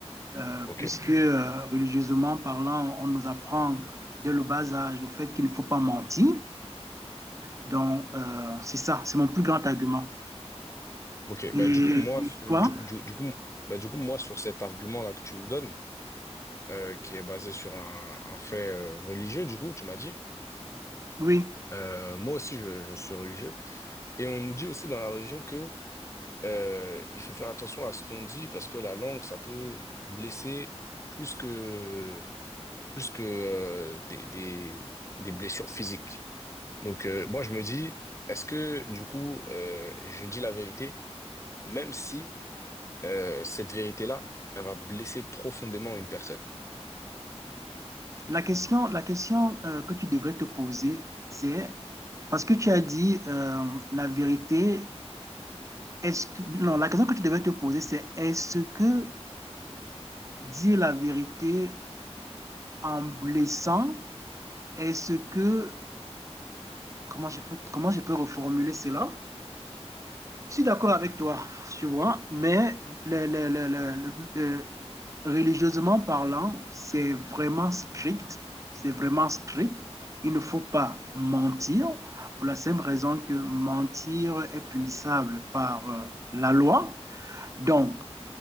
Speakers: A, on the right; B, on the left.
A: euh,
B: Ok,
A: puisque euh, religieusement parlant, on nous apprend dès le bas âge au fait qu'il ne faut pas mentir. Donc, euh, c'est ça, c'est mon plus grand argument.
B: ok.
A: Et
B: Bah, du coup, moi, ce-
A: toi,
B: du, du- du coup, bah, du coup, moi, sur cet argument-là que tu me donnes, euh, qui est basé sur un, un fait euh, religieux, du coup, tu m'as dit,
A: oui,
B: euh, moi aussi, je, je suis religieux. Et on nous dit aussi dans la religion que euh, il faut faire attention à ce qu'on dit parce que la langue, ça peut blesser plus que, plus que euh, des, des, des blessures physiques. Donc, euh, moi, je me dis, est-ce que, du coup, euh, je dis la vérité, même si euh, cette vérité-là, elle va blesser profondément une personne.
A: la question, la question euh, que tu devrais te poser, c'est parce que tu as dit euh, la vérité, est-ce que, non, la question que tu devrais te poser, c'est est-ce que dire la vérité en blessant, est-ce que, comment je peux, comment je peux reformuler cela? Je suis d'accord avec toi, tu vois, mais le- le- le- le- le- euh, religieusement parlant, c'est vraiment strict. C'est vraiment strict. Il ne faut pas mentir pour la simple raison que mentir est punissable par euh, la loi. Donc,